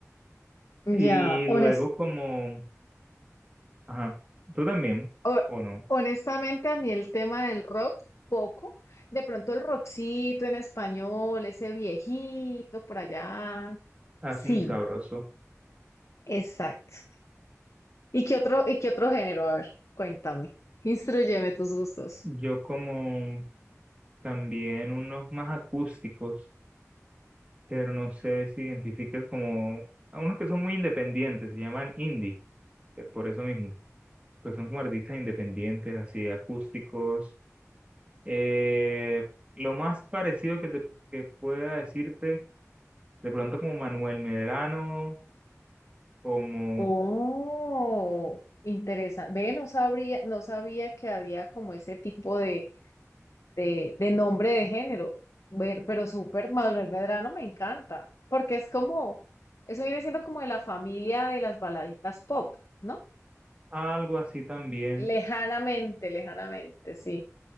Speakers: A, on the left; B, on the right.
A: ya,
B: Y
A: hones-
B: luego como, ajá, tú también,
A: ho-
B: o no,
A: honestamente a mí el tema del rock, poco. De pronto el Roxito en español, ese viejito por allá.
B: hace
A: Sí.
B: muy sabroso.
A: Exacto. ¿Y qué otro, y qué otro género? A ver, cuéntame. Instruyeme tus gustos.
B: Yo como también unos más acústicos, pero no sé si identificas como, a unos que son muy independientes, se llaman indie, que por eso mismo, pues son como artistas independientes, así acústicos. Eh, lo más parecido que te que pueda decirte, de pronto como Manuel Medrano, como
A: Oh, interesante. Ve, no sabría, no sabía que había como ese tipo de, de, de nombre de género. Bueno, pero súper, Manuel Medrano me encanta, porque es como, eso viene siendo como de la familia de las baladitas pop, ¿no?
B: algo así también
A: Lejanamente, lejanamente, sí.